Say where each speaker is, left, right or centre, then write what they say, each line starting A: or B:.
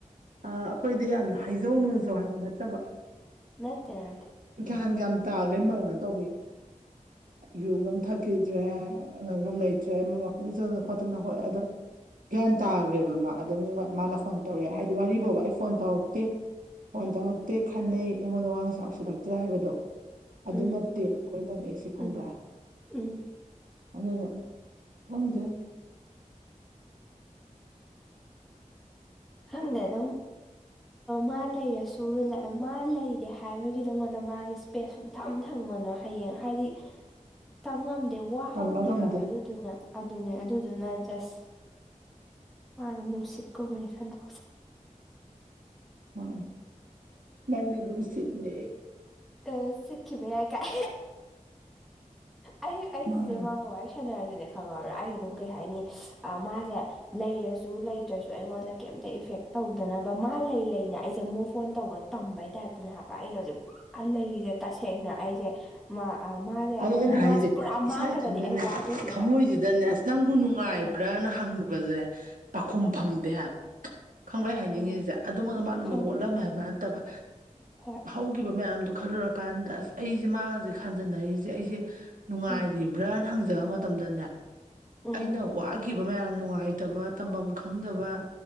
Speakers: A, on the right (about 80°); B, in the centre.
A: ꯑꯩꯈꯣꯏꯗ ꯌꯥꯝꯅ ꯍꯥꯏꯖꯧ ꯣꯟꯖꯧ ꯍꯥꯏꯕ ꯅꯠꯇꯕ
B: ꯃꯇꯦꯟ
A: ꯅꯍꯟ ꯌꯥꯝ ꯇꯥꯈ꯭ꯔꯦ ꯏ ꯃꯥꯥꯟꯅ ꯇꯧꯕꯤ ꯌꯣꯒ ꯑꯃꯝ ꯊꯛꯈꯤꯗ꯭ꯔꯦ ꯑꯉꯥꯡꯒ ꯂꯩꯇ꯭ꯔꯦ ꯋꯥꯋꯀꯤꯡ ꯆꯗꯅ ꯈꯣꯠꯇꯅ ꯍꯣꯏ ꯑꯗꯣ ꯒ꯭ꯌꯥꯟ ꯇꯥꯈ꯭ꯔꯦꯕ ꯃꯥ ꯑꯗꯨꯝ ꯃꯥꯅ ꯐꯣꯟ ꯇꯧꯔꯛꯑꯦ ꯍꯥꯏꯕꯗꯤ ꯋꯥꯔꯤꯔꯤꯕ ꯐꯥꯎꯕ ꯑꯩ ꯐꯣꯟ ꯇꯧꯔꯛꯇꯦ ꯐꯣꯟ ꯇꯧꯔꯛꯇꯦ ꯈꯟꯅꯩ ꯑꯩꯉꯣꯟꯗ ꯋꯥꯅ ꯁꯥꯞꯁꯤꯜꯂꯛꯇ꯭ꯔꯥ ꯍꯥꯏꯕꯗꯣ ꯑꯗꯨꯅ
B: ꯎꯝ
A: ꯑꯩꯣꯏꯗꯅꯦ ꯑꯩ ꯁꯤ ꯈꯪꯕ꯭ꯔꯥ
B: ꯎꯝ ꯎꯝ
A: ꯑꯗꯨꯅ ꯀꯪꯗ
B: ꯍꯪ ꯑ ꯑꯗꯨꯝ ꯃꯥ ꯂꯩꯔꯁꯨ ꯃꯥ ꯂꯩꯔꯦ ꯍꯥꯏꯕꯒꯤ ꯅꯉꯣꯟꯗ ꯃꯥꯒꯤ ꯏꯁꯄꯦꯁ ꯁꯨꯊ ꯑꯃ ꯊꯪꯒꯅꯤ ꯀ ꯍꯌꯦꯡ ꯍꯥꯏꯗꯤ ꯇꯝꯉꯝꯗꯦ ꯋꯥꯍꯧꯅꯤꯕ
A: ꯇꯝꯕ ꯉꯝꯗꯦ
B: ꯑꯗꯨꯗꯨꯅ ꯑꯗꯨꯅꯦ ꯑꯗꯨꯗꯨꯅ ꯖꯁ ꯃꯥꯅ ꯅꯨꯡꯁꯤ ꯆꯠꯀ ꯃꯔ ꯈꯥꯟꯗ
A: ꯃꯥ ꯅꯪ ꯂꯅꯨꯡꯁꯤꯗꯦ
B: ꯑ ꯁꯤꯠꯈꯤꯕꯈꯤꯕ ꯌꯥꯏ ꯀꯥꯏ ꯑꯩ ꯑꯩꯁꯤꯁꯦ
A: ꯃꯥꯅꯤ
B: ꯃꯥꯒ ꯋꯥꯔꯤ ꯁꯥꯟꯅꯔꯁꯦ ꯩ ꯈꯪꯍꯧꯔꯥ ꯑꯩ ꯑꯗꯨꯝ ꯀꯩ ꯍꯥꯏꯅꯤ ꯃꯥꯁꯦ ꯂꯩꯔꯁꯨ ꯂꯩꯇ꯭ꯔꯁꯨ ꯑꯩꯉꯣꯟꯗ ꯀꯩꯝꯇ ꯏꯐꯦꯛ ꯇꯧꯗꯅꯕ ꯃꯥ ꯂꯩ ꯂꯩꯅꯦ ꯑꯩꯁꯦ ꯃꯨꯛ ꯐꯣꯟ ꯇꯧꯕ ꯇꯝꯕꯩ ꯇꯥꯏꯞꯇꯅꯦ ꯍꯥꯏꯕ ꯑꯩꯅ ꯍꯧꯁꯨ ꯑ ꯂꯩꯔꯤꯁꯦ ꯇꯁꯦꯡꯅ ꯑꯩꯁꯦ ꯃꯥ ꯃꯥꯁꯦ
A: ꯑꯗꯣ
B: ꯑꯃ
A: ꯑꯩꯅ ꯍꯥꯏꯁꯦ
B: ꯃꯥꯁꯦ ꯄꯨꯔꯥ
A: ꯏꯁꯥ
B: ꯃꯥꯡꯈ꯭ꯔꯒꯗꯤ
A: ꯏꯊꯟꯗꯅꯦ
B: ꯑꯩ ꯋꯥꯗꯣꯏꯅꯦꯕ
A: ꯊꯃꯣꯏꯁꯤꯗꯅꯦ ꯑꯁ ꯅꯪꯕꯨ ꯅꯨꯡꯉꯥꯏꯕ꯭ꯔꯥꯅ
B: ꯑꯥ
A: ꯍꯪ ꯐꯪꯕꯁꯦ ꯄꯥꯈꯨꯝ
B: ꯑꯥ
A: ꯐꯪꯗꯦ ꯍꯥꯏꯕ ꯈꯪꯕꯩ ꯍꯥꯏꯅꯤꯡꯉꯤꯁꯦ
B: ꯎꯝ
A: ꯑꯗꯨꯃꯛꯅ ꯃꯥꯅꯗꯣ
B: ꯈꯪ
A: ꯑꯣꯠꯂꯝꯃꯦ ꯍꯥꯏꯕ ꯅꯠꯇꯕ
B: ꯍꯣꯏ
A: ꯍꯧꯈꯤꯕ ꯃꯌꯥꯝꯗꯣ ꯈꯜꯂꯨꯔꯀꯥꯟꯗ ꯑꯁ ꯑꯩꯁꯦ ꯃꯥ ꯍꯧꯖꯤꯛ ꯈꯥꯟꯖꯟꯅꯔꯤꯁꯦ ꯑꯩꯁꯦ ꯅꯨꯡꯉꯥꯏꯔꯤꯕ꯭ꯔꯥꯅ
B: ꯎꯝ
A: ꯍꯪꯖ ꯕ ꯃꯇꯝꯗꯅꯦ
B: ꯎꯝ
A: ꯑꯩꯅ ꯋꯥ ꯌꯥꯝ ꯅꯨꯡꯉꯥꯏꯇꯕ ꯇꯐꯝ ꯈꯪꯗꯕ